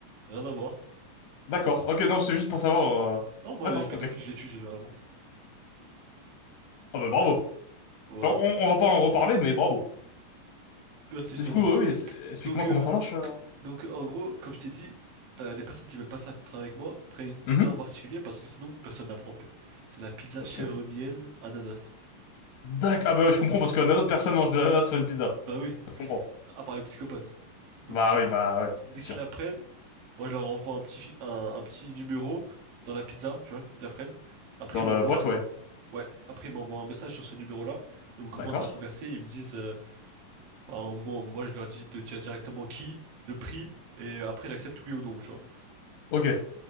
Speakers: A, on the right (about 80°); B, on the left (about 75°).
A: rien à voir.
B: D'accord. Ok, non, c'est juste pour savoir. euh,
A: Non, moi,
B: D'accord,
A: les pédophiles,
B: ok.
A: je les tue généralement.
B: Ah bah bravo.
A: Voilà.
B: On, on, on va pas en reparler, mais bravo.
A: Merci, je
B: Mais
A: te
B: du
A: remercie.
B: coup, euh, oui, es- explique-moi
A: Donc,
B: comment
A: euh,
B: ça marche. euh.
A: donc en gros, comme je t'ai dit, euh, les personnes qui veulent passer un contrat avec moi prennent une pizza
B: Mhm.
A: en particulier parce que sinon, personne la prend en fait. C'est la pizza
B: Ok.
A: chèvre miel ananas.
B: D'accord. Ah bah je comprends, parce que ananas, personne mange de l'ananas sur une pizza.
A: Bah oui.
B: Je comprends.
A: à part les psychopathes. Donc,
B: Bah
A: euh,
B: oui, bah ouais,
A: dès
B: c'est sûr.
A: qu'ils la prennent, moi, je leur envoie un petit, fi- un, un petit numéro dans la pizza, tu vois, ils la prennent. Après,
B: Dans
A: ils m'envoient,
B: la boîte, ouais.
A: ils m'en- ouais, après, ils m'envoient un message sur ce numéro-là, et on commence
B: D'accord.
A: à converser, ils me disent, euh, enfin, moi, moi, je leur dis de dire directement qui, le prix, et euh, après, j'accepte oui ou non, tu vois.
B: Ok.